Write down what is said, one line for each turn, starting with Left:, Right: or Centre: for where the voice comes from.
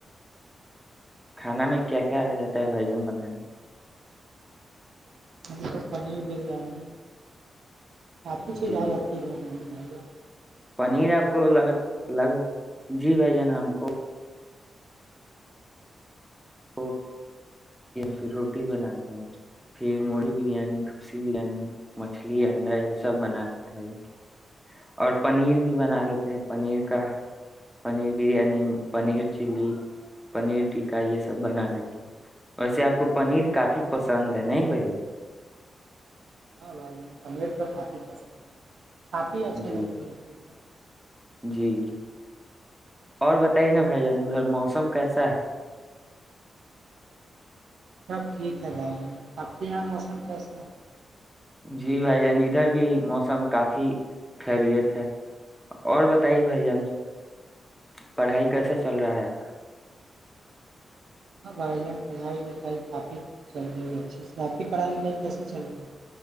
Centre: کھانا میں کیا کیا آ جاتا ہے بھائیجن بنانے
Right: کند پ پنیر بریانی کافی چیز
Centre: جی
Right: آ جاتی ہے وہ بانے <inaudible>
Centre: پنیر آپ کو الگ الگ جی بھائی جان ہم کو کو پھر روٹی بنا لیتے ہیں پھر موی بریانی کھسی بریانی مچھلی انڈا یہ سب بنا لیتے ہیں بھائی اور پنیر بھی بنا لیتے ہیں پنیر کا پنیر بریانی پنیر چلی پنیر ٹکا یہ سب بنا لیتے ہیں ویسے آپ کو پنیر کافی پسند ہے نہیں بھائی
Right: ہاں بھائی جان پمیر تو کافی پسند ہے کافی اچھا
Centre: جی
Right: لگتی ہے بھار
Centre: جی اور بتائیے نا بھائی جان ادھر موسم کیسا ہے
Right: سب ٹھیک ہے بائی آپ کے یہاں موسم کیسا ہے
Centre: جی بھائی جان ادھر بھی موسم کافی خیریت ہے اور بتائیے بھائی جان پڑھائی کیسا چل رہا ہے آپ کا
Right: ہاں بھائی ہم پڑھائی لکھائی کافی چل رہی ہے اچھی سے آپ کی پڑھائی لکھائی کیسے چل رہی ہے